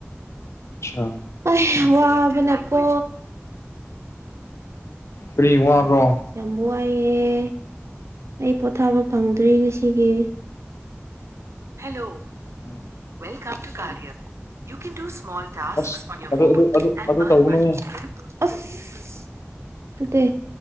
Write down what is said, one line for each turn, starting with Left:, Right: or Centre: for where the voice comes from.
Left: ꯑꯁꯥ
Right: ꯑꯩ ꯋꯥꯕꯅꯀꯣ
Left: ꯀꯔꯤ ꯋꯥꯕ꯭ꯔꯣ
Right: ꯌꯥꯝ ꯋꯥꯏꯑꯦ ꯑꯩ ꯄꯣꯊꯥꯕ ꯐꯪꯗ꯭ꯔꯤ ꯉꯁꯤꯒꯤ hello
Left: <inaudible>
Right: welcome to ꯀꯥꯔꯌꯥ you can small talks
Left: as
Right: on year
Left: ꯑꯗꯨ
Right: ꯐꯣꯟ
Left: ꯑꯗꯨ ꯑꯗꯨ
Right: ꯑꯦꯟ
Left: ꯑꯗꯨ
Right: ꯑꯔꯟ
Left: ꯇꯧꯒꯅꯨꯍꯦ
Right: ꯃꯅꯤ ꯑꯁ ꯐꯠꯇꯦ